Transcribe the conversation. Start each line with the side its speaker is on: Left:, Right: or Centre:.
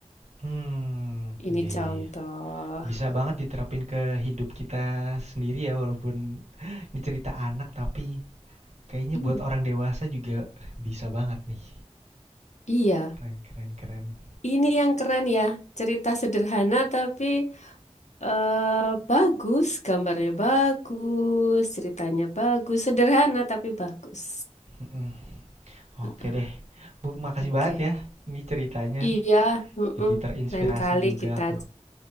Right: Hmm,
Left: Ini
Right: iya, yeah,
Left: contoh.
Right: iya, Yeah. Bisa banget diterapin ke hidup kita sendiri ya, walaupun <laughs> ini cerita anak, tapi kayaknya
Left: I-
Right: buat orang dewasa juga bisa banget nih.
Left: iya,
Right: Keren, keren, keren.
Left: ini yang keren ya. Cerita sederhana tapi eh, bagus, gambarnya bagus, ceritanya bagus, sederhana tapi bagus.
Right: Mm-mm.
Left: Ah,
Right: Oke deh. Bu, makasih
Left: Oke.
Right: banget ya ini ceritanya.
Left: Iya, mm-mm.
Right: Jadi terinspirasi
Left: Lain kali
Right: juga
Left: kita
Right: aku.